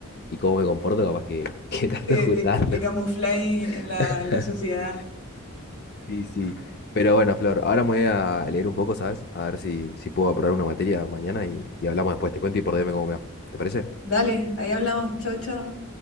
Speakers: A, on the left; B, on the left.
A: y cómo me comporto, capaz que, <laughs> que trato
B: te,
A: de ocultarlo.
B: te, te camufláis
A: <laughs>
B: en la, en la sociedad.
A: Sí, sí. Pero bueno, Flor, ahora me voy a leer un poco, ¿sabes? A ver si, si puedo aprobar una materia mañana y, y hablamos después. Te cuento y por DM cómo me va. ¿Te parece?
B: Dale, ahí hablamos. Chao, chao.